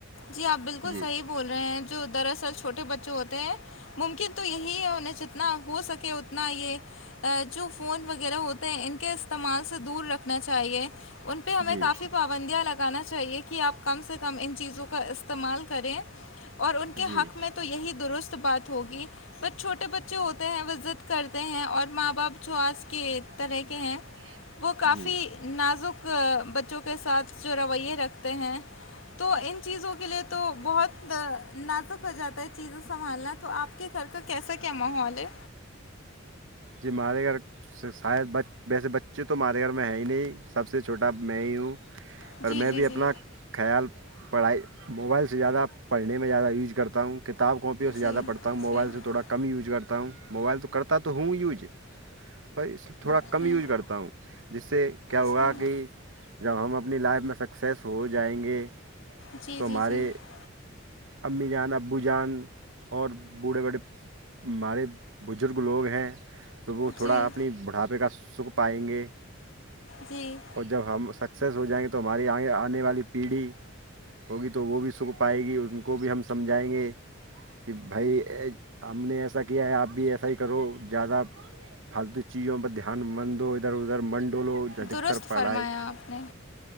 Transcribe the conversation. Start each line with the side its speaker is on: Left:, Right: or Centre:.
Left: جی آپ بالکل
Right: جی
Left: صحیح بول رہے ہیں جو دراصل چھوٹے بچے ہوتے ہیں ممکن تو یہی ہے انہیں جتنا ہو سکے اتنا یہ جو فون وغیرہ ہوت تے ان کے استعمال سے دور رکھنا چاہیے ان پہ ہمیں
Right: جی
Left: کافی پابندیاں لگانا چاہیے کہ آپ کم سے کم ان چیزوں کا استعمال کریں اور ان کے
Right: جی
Left: حق میں تو یہی درس ت بات ہوگی بس چھوٹے بچے ہوتے ہیں وہ ضد کرتے ہیں اور ماں باپ جو آج کے طرح کے ہیں
Right: ہیں
Left: وہ کافی
Right: جی
Left: نازک بچ چوں کے ساتھ جو رویے رکھتے ہیں تو ان چیزوں کے لیے تو بہت نازک ہو جاتا ہے چیزیں سنبھالنا تو آپ کے گھر کا کیسا کیا ماحول ہے
Right: جی ہمارے گھر شاید بچ ویسے بچے تو ہمارے گھر میں ہے ہی نہیں سب سے چھوٹا میں ہی ہوں
Left: جی
Right: اور میں
Left: جی
Right: بھی اپنا
Left: جی
Right: خیال پڑھائی موبائل سے زیادہ پڑھنے میں زیادہ یوز کرتا ہوں کتاب کاپیوں سے زیادہ
Left: جی
Right: پڑھتا ہوں موبائل
Left: جی
Right: سے تھوڑا کم یوز کرتا ہوں موبائل تو کرتا تو ہوں ہی یوج پر اس تھوڑا کم
Left: جی
Right: یوز کرتا ہوں جس سے کیا ہوگا
Left: جی
Right: کہ جب ہم اپنی لائف میں سکسیس ہو جائیں گے
Left: جی
Right: تو ہمارے
Left: جی جی
Right: امی جان ابو جان اور بوڑھے بڑے مارے بزرگ لوگ ہیں تو وہ تھوڑا
Left: جی
Right: اپنی بڑھاپے کا سکھ پائیں گے
Left: جی
Right: اور جب ہم سکسیز ہو جائیں گے تو ہماری آگے آنے والی پیڑھی ہوگی تو وہ بھی سکھ پائے گی ان کو بھی ہم سمجھائیں گے کہ بھائی ہم نے ایسا کیا ہے آپ بھی ایسا ہی کرو زیادہ پھالتو چیزوں پر دھیان مت دو ادھر ادھر من ڈولو ادھکتر
Left: درست
Right: پڑھائی
Left: فرمایا آپ نے